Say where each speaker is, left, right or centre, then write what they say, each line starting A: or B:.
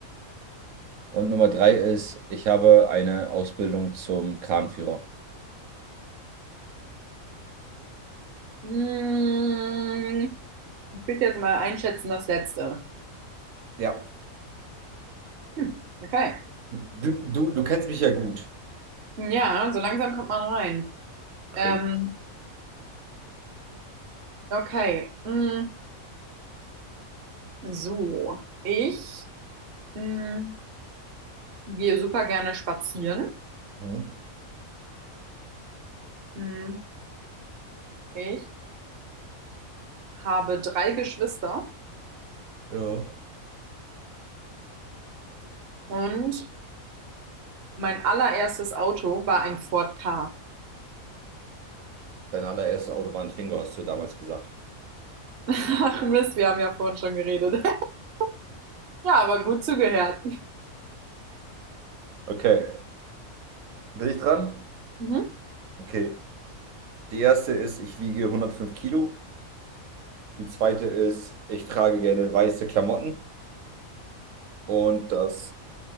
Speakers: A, on the right; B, on the right.
A: Und Nummer drei ist, ich habe eine Ausbildung zum Kranführer.
B: Mm, Ich würde jetzt mal einschätzen, das letzte.
A: Ja.
B: Hm, okay.
A: Du, du, du kennst mich ja gut.
B: Ja, so langsam kommt man rein.
A: Crazy.
B: Ähm, okay. Mm, So, ich mm, gehe super gerne spazieren.
A: Mhm.
B: Mm, Ich habe drei Geschwister
A: Ja.
B: und Mein allererstes Auto war ein Ford Ka.
A: Dein allererstes Auto war ein Twingo, hast du damals gesagt.
B: <laughs> Ach Mist, wir haben ja vorhin schon geredet. <laughs> Ja, aber gut zugehört.
A: Okay. Bin ich dran?
B: Mhm.
A: Okay. Die erste ist, ich wiege hundertfünf Kilo. Die zweite ist, ich trage gerne weiße Klamotten. Und das